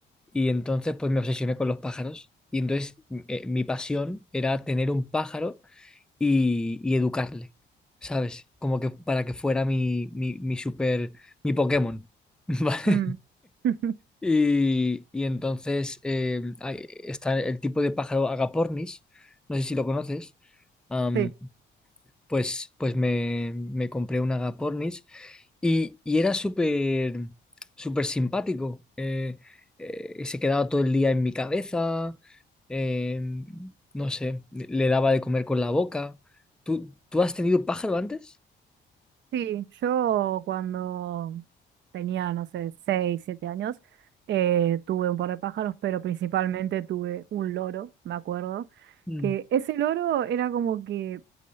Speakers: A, in the centre; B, on the right.
A: y entonces, pues me obsesioné con los pájaros. Y entonces, eh, mi pasión era tener un pájaro y, y educarle, ¿sabes? Como que para que fuera mi, mi, mi super, mi Pokémon, <laughs> ¿vale?
B: Mm. <laughs>
A: Y, y entonces eh, hay- está el tipo de pájaro agapornis, no sé si lo conoces, am,
B: Sí,
A: pues, pues me, me compré un agapornis y, y era súper súper simpático. eh, eh, se quedaba todo el día en mi cabeza, eh, no sé, le le daba de comer con la boca. ¿Tú, tú has tenido pájaro antes?
B: sí, yo cuando tenía, no sé, seis, siete años, eh, tuve un par de pájaros, pero principalmente tuve un loro, me acuerdo,
A: Mm,
B: que ese loro era como que,